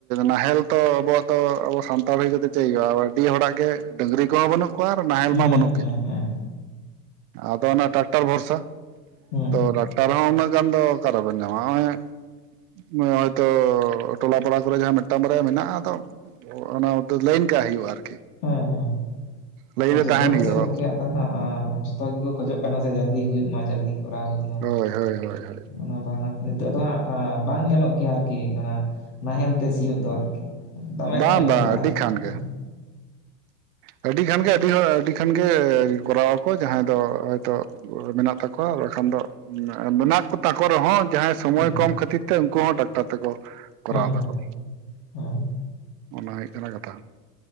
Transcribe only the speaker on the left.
ᱦᱮᱸ
ᱦᱮᱸ
ᱦᱮᱸ
ᱦᱩᱸ
ᱦᱮᱸᱻᱦᱮᱸᱻ
ᱟᱨ
ᱡᱚᱛᱚ
ᱜᱮ
ᱥᱮ ᱜᱚᱝᱠᱮ ᱟᱫᱚ ᱦᱟᱸᱜ ᱡᱚᱛᱚ ᱜᱮᱠᱚ ᱠᱷᱚᱡᱚᱜ ᱠᱟᱱᱟ ᱥᱮ ᱡᱚᱞᱫᱤ ᱦᱩᱭᱩᱜ ᱢᱟ ᱡᱚᱞᱫᱤ ᱠᱚᱨᱟᱣ ᱦᱩᱭᱩᱜ
<unintelligible> ᱱᱤᱛᱚᱜ ᱫᱚ ᱦᱟᱸᱜ ᱵᱟᱝ ᱧᱮᱞᱚᱜ ᱜᱮᱭᱟ ᱟᱨᱠᱤ ᱚᱱᱟ ᱱᱟᱦᱮᱞ ᱛᱮ ᱥᱤᱭᱳᱜ ᱫᱚ ᱫᱚᱢᱮ
ᱴᱟᱭᱤᱢ
ᱞᱟᱜᱟᱜᱼᱟ
ᱟᱨᱠᱤ
ᱦᱩᱸ
ᱦᱮᱸ
ᱦᱮᱸ
ᱦᱮᱸ ᱦᱮᱸ